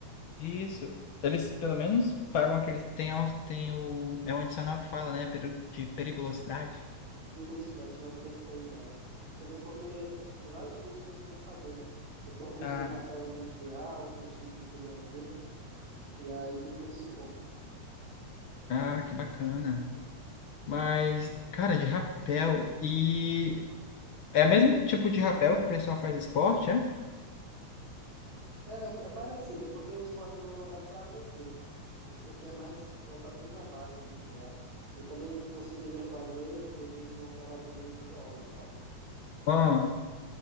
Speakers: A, on the left; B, on the right.
A: Isso. Eles, pelo menos, pagam aquele. Tem, a- tem o. É um adicional que fala, né? peri- De periculosidade.
B: Isso, adicionado periculosidade. E também porque tem vários cursos que você tem que fazer, né? Eu tenho um curso
A: Ah,
B: de rapel industrial, curso de pintura em altura, e aí tudo isso conta.
A: ah, que bacana. Mas, cara, de rapel. E. É o mesmo tipo de rapel que o pessoal faz esporte, é?
B: É, é parecido, é porque o esporte é mais voltado para a aventura. Esse aqui é mais voltado para o trabalho industrial. Eu também conseguiria fazer serviço naquelas usinas eólicas, sabe?
A: Ah,